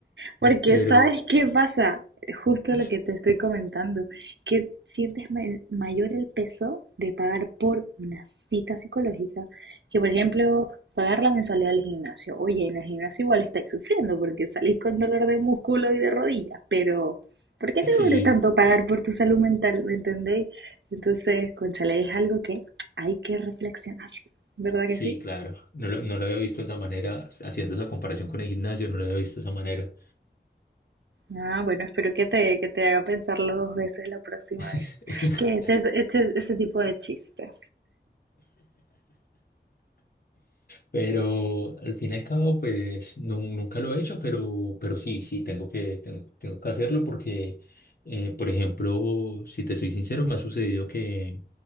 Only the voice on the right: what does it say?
Porque
¿sabes qué pasa? Justo
lo que te estoy comentando, que sientes ma- el- mayor el peso de pagar por una cita psicológica que, por ejemplo, pagar la mensualidad del gimnasio. Oye, en el gimnasio igual estáis sufriendo porque salís con dolor de músculo y de rodillas, pero ¿por qué
te duele tanto pagar por tu salud mental? ¿Me entendéis? Entonces, cónchale, es algo que hay que reflexionar, ¿verdad
que sí?
Ah, bueno, espero que te, que te haga pensarlo dos veces la próxima vez.
Que eches, eches ese tipo de chistes.